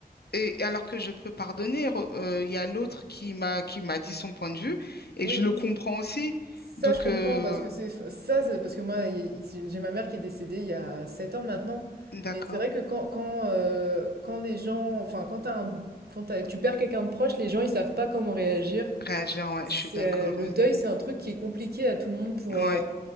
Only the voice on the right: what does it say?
oui.
Ça,
je comprends
parce que c'est ça, c'est parce que moi, il- j'ai j'ai ma mère qui est décédée il y a 7 ans maintenant.
Mais c'est vrai que quand, quand, euh, quand les gens, enfin, quand, t'as un- quand t'as- tu perds quelqu'un de proche, les gens, ils savent pas comment réagir.
C'est,
euh, le
deuil, c'est un truc qui est compliqué à tout le monde pour,
euh,